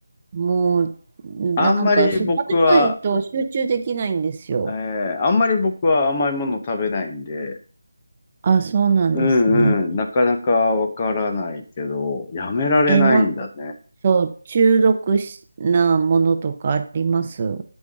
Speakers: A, on the right; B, on the left.
A: もう、なんか、
B: あんまり僕は、
A: そう食べないと集中できないんですよ。
B: ええあんまり僕は甘いもの食べないんで、
A: あ、そうなんですね。
B: うんうん。なかなかわからないけど、やめられないんだね。
A: え、なんそう、中毒しなものとかあります